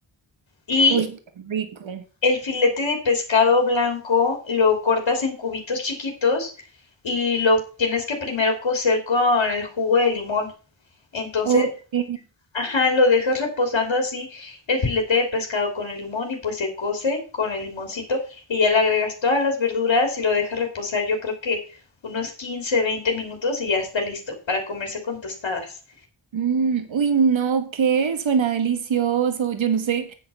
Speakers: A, on the left; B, on the right.
A: y
B: Uy, qué rico.
A: el filete de pescado blanco lo cortas en cubitos chiquitos y lo tienes que primero cocer con el jugo de limón. Entonces,
B: Ok.
A: ajá, lo dejas reposando así el filete de pescado con el limón y pues se cose con el limoncito y ya le agregas todas las verduras y lo dejas reposar yo creo que unos 15, 20 minutos y ya está listo para comerse con tostadas.
B: Mm, uy, no, ¿qué? Suena delicioso. Yo no sé